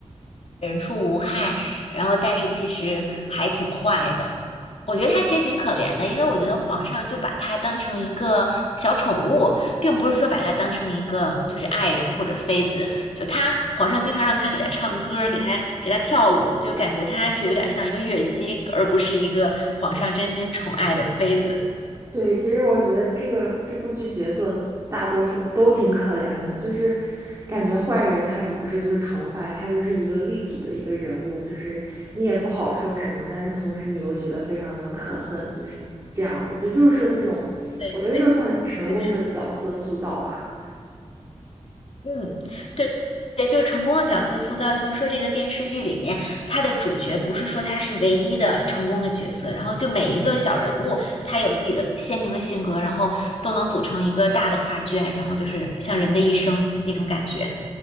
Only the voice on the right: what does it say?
对，其实我觉得这个这部剧角色大多数都挺可怜的，就是感觉坏人他也不是就是纯坏，他就是一个立体的一个人物，就是你也不好说什么，但是同时你又觉得非常的可恨，就是这样。我觉得就是那种，
我觉得这就算成功的角色塑造吧。